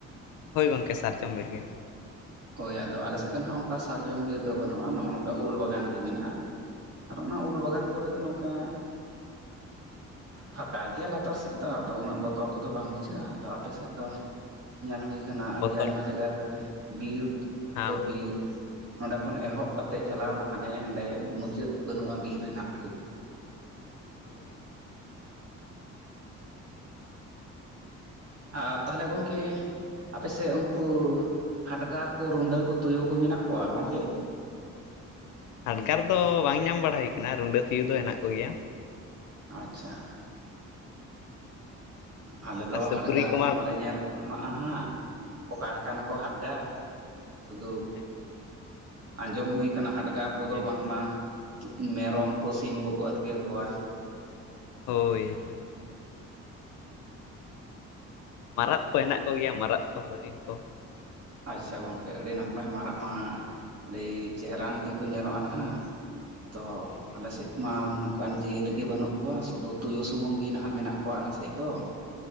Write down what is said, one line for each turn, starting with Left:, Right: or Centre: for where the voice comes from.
Left: ᱦᱳᱭ ᱜᱚᱢᱠᱮ, ᱥᱟᱨᱡᱚᱢ ᱵᱤᱨ ᱜᱮ᱾
Right: ᱦᱳᱭ, ᱟᱫᱚ ᱟᱞᱮ ᱥᱮᱫ ᱫᱚ ᱱᱚᱜ ᱚᱱᱠᱟ ᱥᱟᱨᱡᱚᱢ ᱵᱤᱨ ᱫᱚ ᱵᱟᱹᱱᱩᱜᱼᱟ, ᱱᱚᱜᱼᱚ ᱱᱚᱝᱠᱟ ᱩᱞ ᱵᱟᱜᱟᱱ ᱜᱮ ᱢᱮᱱᱟᱜᱼᱟ᱾ ᱟᱨ, ᱚᱱᱟ ᱩᱞ ᱵᱟᱜᱟᱱ ᱠᱚᱨᱮ ᱫᱚ, ᱱᱚᱝᱠᱟᱼᱼ ᱯᱷᱟᱸᱠᱟ ᱜᱮᱭᱟ ᱞᱟᱛᱟᱨ ᱥᱮᱫ ᱫᱚ, ᱟᱫᱚ ᱩᱱᱟᱹᱜ ᱵᱚᱛᱚᱨ ᱠᱚᱫᱚ ᱵᱟᱝ ᱵᱩᱡᱷᱟᱹᱜ-ᱟ, ᱟᱫᱚ ᱟᱯᱮ ᱥᱮᱫ ᱫᱚᱼᱼ ᱧᱮᱞ ᱦᱩᱭ ᱟᱠᱟᱱᱟ
Left: ᱵᱚᱛᱚᱨ
Right: ᱟᱹᱰᱤ ᱟᱭᱢᱟ ᱡᱟᱭᱜᱟ ᱠᱚᱨᱮ, ᱵᱤᱨ
Left: ᱦᱮᱸ
Right: ᱛᱚ, ᱵᱤ ᱵᱤᱨ, ᱱᱚᱸᱰᱮ ᱠᱷᱚᱱ ᱮᱦᱚᱵ ᱠᱟᱛᱮᱜ, ᱪᱟᱞᱟᱣᱱᱟ ᱦᱟᱱᱮ ᱦᱟᱸᱰᱮ, ᱢᱩᱪᱟᱹᱫ ᱵᱟᱹᱱᱩᱜ-ᱟ ᱵᱤᱨ ᱨᱮᱱᱟᱜ ᱜᱮ᱾
Left: ᱦᱳᱭ
Right: ᱟ, ᱛᱟᱦᱚᱞᱮ ᱜᱚᱢᱠᱮᱼᱼ ᱟᱯᱮᱥᱮᱜ ᱩᱱᱠᱩ, ᱦᱟᱰᱜᱟᱨ ᱠᱚ, ᱨᱩᱸᱰᱟᱹ ᱠᱚ, ᱛᱩᱭᱩ ᱠᱚ ᱢᱮᱱᱟᱜ ᱠᱚᱣᱟ ᱜᱚᱝᱠᱮ?
Left: ᱟᱰᱠᱟᱨ ᱫᱚ ᱵᱟᱝ ᱧᱟᱢ ᱵᱟᱲᱟ ᱦᱩᱭ ᱠᱟᱱᱟ, ᱨᱩᱸᱰᱟᱹ ᱛᱩᱭᱩ ᱫᱚ ᱦᱮᱱᱟᱜ ᱠᱚᱜᱮᱭᱟ᱾
Right: ᱟᱪᱪᱷᱟ ᱟᱞᱮ ᱫᱚ
Left: ᱟᱨ ᱥᱩᱠᱨᱤ
Right: ᱦᱟᱰᱜᱟᱨ
Left: ᱠᱚᱢᱟ
Right: ᱠᱚᱦᱚᱸ ᱵᱟᱞᱮ ᱧᱮᱞ ᱼᱼ <unintelligible> ᱦᱟᱸᱜ, ᱚᱠᱟ ᱞᱮᱠᱟ ᱱᱟᱠᱚ ᱦᱟᱰᱜᱟᱨ, ᱥᱩᱫᱩᱼᱼ
Left: ᱦᱮᱸᱼᱼ
Right: ᱟᱸᱡᱚᱢ ᱦᱩᱭ ᱠᱟᱱᱟ ᱦᱟᱰᱜᱟᱨᱼᱼ ᱠᱚᱫᱚ ᱵᱟᱝᱢᱟ, ᱛᱩ, ᱢᱮᱨᱚᱢ ᱠᱚ, ᱥᱤᱢ ᱠᱚᱠᱚ ᱟᱹᱛᱠᱤᱨ ᱠᱚᱣᱟ᱾
Left: ᱦᱳᱭ ᱾ ᱢᱟᱨᱟᱫ ᱠᱚ ᱦᱮᱱᱟᱜ ᱠᱚᱜᱮᱭᱟ, ᱢᱟᱨᱟᱫ ᱠᱚ, ᱦᱚᱨᱤᱱ ᱠᱚ ᱾
Right: ᱟᱪᱪᱷᱟ ᱜᱚᱢᱠᱮ, ᱟᱹᱰᱤ ᱱᱟᱯᱟᱭ ᱢᱟᱨᱟᱜ, ᱢᱟᱨᱟᱜ ᱢᱟ, ᱟᱹᱰᱤ, ᱪᱮᱦᱟᱨᱟᱱ ᱜᱮᱠᱚ, ᱧᱮᱞᱚᱜᱼᱟ ᱦᱟᱸᱜ ᱾ ᱟᱫᱚ,
Left: ᱦᱳᱭ
Right: ᱟᱞᱮ ᱥᱮᱡ ᱾ ᱢᱟᱞ ᱱᱚᱝᱠᱟᱱ ᱡᱤᱭᱟᱹᱞᱤ ᱜᱮ ᱵᱟᱹᱱᱩᱜ ᱠᱚᱣᱟ, ᱥᱩᱫᱩ ᱛᱩᱭᱩ ᱥᱩᱢᱩᱱ ᱜᱮ ᱱᱟᱦᱟᱜ ᱢᱮᱱᱟᱜ ᱠᱚᱣᱟ ᱟᱞᱮ ᱥᱮᱡ ᱫᱚ᱾